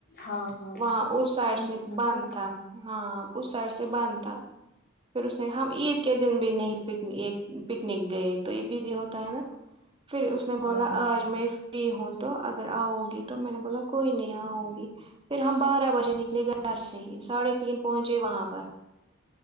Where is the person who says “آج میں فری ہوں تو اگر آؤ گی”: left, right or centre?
Right